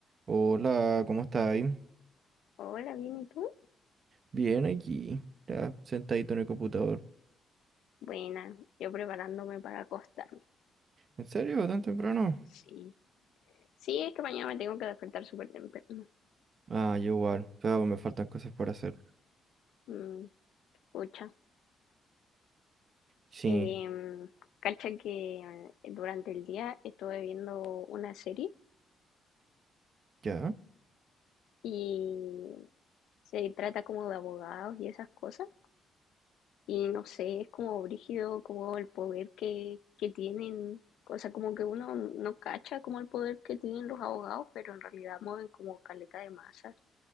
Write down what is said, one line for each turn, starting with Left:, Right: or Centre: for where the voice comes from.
Right: Hola, ¿cómo estáis?
Left: Hola, bien, ¿y tú?
Right: Bien aquí, ya, sentadito en el computador.
Left: Buena, yo preparándome para acostarme.
Right: ¿En serio? ¿Tan temprano?
Left: Sí, sí, es que mañana me tengo que despertar súper temprano.
Right: Ah, yo igual, pero me faltan cosas por hacer.
Left: Mm, pucha.
Right: Sí,
Left: Em, cacha que eh, durante el día estuve viendo una serie
Right: ya.
Left: y se trata como de abogados y esas cosas. Y no sé, es como brígido, como el poder que, que tienen. O sea, como que uno no cacha como el poder que tienen los abogados, pero en realidad mueven como caleta de masa.